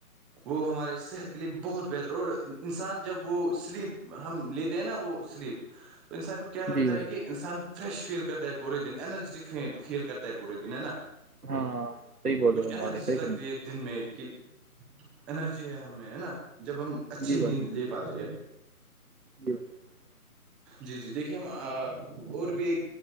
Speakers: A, in the centre; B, on the right (about 80°).
A: وہ ہمارے صحت کے کے لیے بہت بہتر اور انسان جب وہ سلیپ ہم لیتے ہیں نا وہ سلیپ تو ان سائڈ کیا لگتا
B: جی
A: ہے
B: جی
A: کہ انسان فریش فیل کرتا ہے پورے دن انرجیٹک فیل کرتا ہے پورے دن ہے نا
B: ہاں صحیح بول
A: کچھ
B: رہے فرما
A: انرجی
B: رہے
A: سی
B: صحیح
A: لگتی
B: فرما رہے
A: ہے دن میں کہ انرجی ہے ہم میں ہے نا جب ہم اچھی
B: جی
A: نیند
B: بھائی جان
A: لے پاتے ہیں
B: جی جان
A: جی جی دیکھیے ہم اور بھی ایک